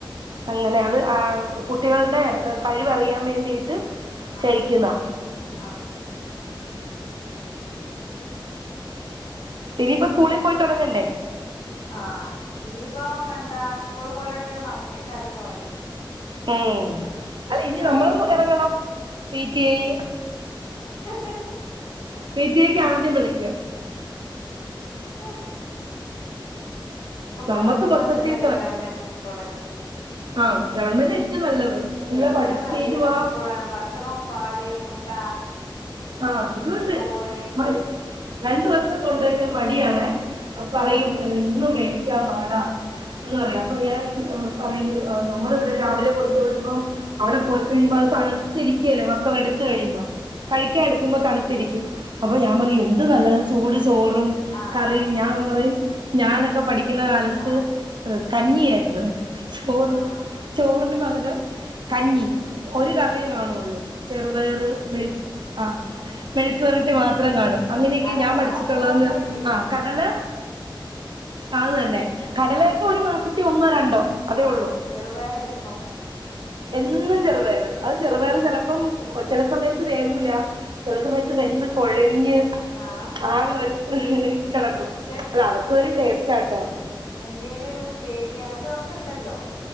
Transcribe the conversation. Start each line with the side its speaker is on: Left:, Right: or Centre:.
Right: അങ്ങനെ അത് ആഹ് കുട്ടികളുടെ കഴിവറിയാൻ വേണ്ടിയിട്ട്
Left: ആഹ്
Right: ചെയ്യിക്കുന്നാ
Left: ആഹ്
Right: ഇനിപ്പം സ്കൂളിൽ പോയി തൊടങ്ങണ്ടേ
Left: ആഹ് ഇനിപ്പം എന്താ സ്കൂളില് പോലൊടങ്ങിയാ നമുക്കെയ്ക്കാരം സൊഹല്
Right: ഉം അല്ല ഇനി
Left: പഠിപ്പിക്കല്
Right: നമ്മളും എറങ്ങണം പി ടി ഏയ്
Left: ഹ് ഹ് ഹ്
Right: പി ടി ഏ ക്ക് ആദ്യം വിളിയ്ക്കും
Left: നേരാ ഇപ്പം
Right: നമുക്ക്
Left: പണ്ടത്തെ
Right: മൊത്തത്തിൽ
Left: മാതിരൊന്നും അല്ല ഗവണ്മെന്റ് സ്കൂള്
Right: ആഹ് ഗവൺമെന്റ് ഏറ്റവും നല്ലത് നല്ല
Left: ഏറ്റവും
Right: പഠിപ്പീരുവാ
Left: നല്ല സ്കൂളാണ് ഭക്ഷണവും പാല് മുട്ട
Right: ആഹ് അതൂണ്ട്
Left: ചോറ്
Right: മടി രണ്ടു വർഷം കൊണ്ടോയ്റ്റും മടിയാണെ ഇപ്പം പറയും
Left: ആഹ്
Right: എന്നും മേടിയ്ക്കാൻ പാടാ എന്ന് പറയും അപ്പം ഞാൻ പറയും നമ്മളിവിടെ രാവിലെ കൊടുത്തു വിടുമ്പം അവിടെ പോയി കഴിയുമ്പം അത് തണുത്തിരിക്കല്ലേ മക്കളെടുത്ത് കഴിയുമ്പം കഴിയ്ക്കാൻ എടുക്കുമ്പം തണുത്തിരിയ്ക്കും അപ്പം ഞാൻ പറയും എന്ത് നല്ലതാ ചൂട് ചോറും
Left: ആഹ്
Right: കറിയും
Left: ആഹ്
Right: ഞാൻ പറയും ഞാനൊക്കെ പഠിക്കുന്ന കാലത്ത്
Left: ആഹ്
Right: ഏഹ് കഞ്ഞിയായിരുന്നു ചോറ്
Left: ആഹ്
Right: ചോറിന് പകരം കഞ്ഞി ഒരു കറിയേ കാണുവുള്ളൂ ചെറുപയറ് മെഴു ആഹ് മെഴുക്കു വരട്ടി മാത്രം കാണും അങ്ങനെയൊക്കെ
Left: കടലൊക്കെ
Right: ഞാൻ പഠിച്ചിട്ടുള്ളതെന്ന്
Left: അപൂർവങ്ങളില്
Right: ആഹ് കടല ആഹ് അത് തന്നെ കടലയൊക്കെ
Left: ആഹ്
Right: ഒരു മാസത്തി ഒന്നോ രണ്ടോ അതേ
Left: ആഹ്
Right: ഉള്ളൂ
Left: ചെറുപയറ് എന്നും
Right: എന്നും ചെറുപയറ് അത് ചെറുപയറ്
Left: ഉം
Right: ചെലപ്പം ചെല സമയത്ത് വേവൂല ചെല സമയത്ത്
Left: ഉം
Right: വെന്ത് കൊഴഞ്ഞ്
Left: ആഹ്
Right: ആകെ ഒരു കിടക്കും
Left: പക്ഷെ
Right: അല്ല അതൊക്ക ഒരു ടേസ്റ്റാട്ടോ
Left: എന്തെലും ഒരു ഉപ്പേരി അങ്ങനത്തെ ഇതൊക്കെ ഇണ്ടല്ലോ